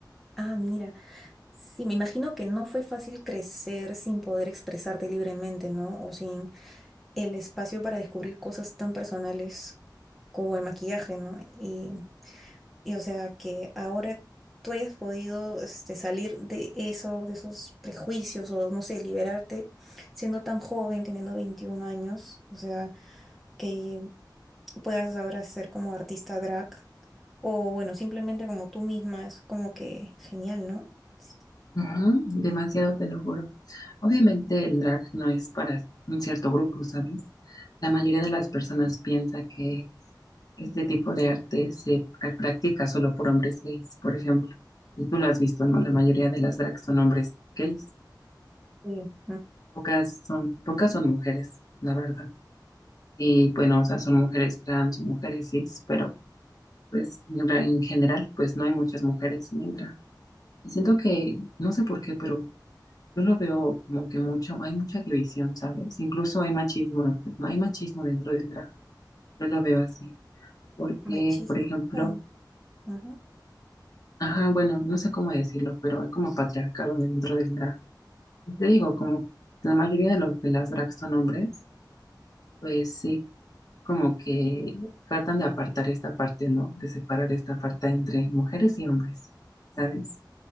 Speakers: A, in the centre; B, on the left.
A: Ah, mira. Sí, me imagino que no fue fácil crecer sin poder expresarte libremente, ¿no? O sin el espacio para descubrir cosas tan personales como el maquillaje, ¿no? y Y o sea, que ahora tú hayas podido este, salir de eso, de esos prejuicios o no sé, liberarte siendo tan joven, teniendo 21 años, o sea, que puedas ahora ser como artista drag o bueno, simplemente como tú misma, es como que genial, ¿no? Sí.
B: Ujú, demasiado, te lo juro. Obviamente el drag no es para un cierto grupo, ¿sabes? La mayoría de las personas piensa que este tipo de arte se pra- practica solo por hombres gays, por ejemplo. Y tú lo has visto, ¿no? La mayoría de las drags son hombres gays.
A: Ujú.
B: Pocas son, pocas son mujeres, la verdad. Y bueno, o sea, son mujeres trans, mujeres cis, pero pues en ra- en general, pues no hay muchas mujeres en el drag. Y siento que, no sé por qué, pero Yo lo veo como que mucho, hay mucha división, ¿sabes? Incluso hay machismo, hay machismo dentro del drag. Yo lo veo así, porque,
A: Machismo.
B: por ejemplo,
A: ¿Cómo? Ujú,
B: ajá, bueno, no sé cómo decirlo, pero hay como patriarcado dentro del drag. Te digo, como la mayoría de los de las drag son hombres, pues sí, como que tratan de apartar esta parte, ¿no? De separar esta parte entre mujeres y hombres, ¿sabes?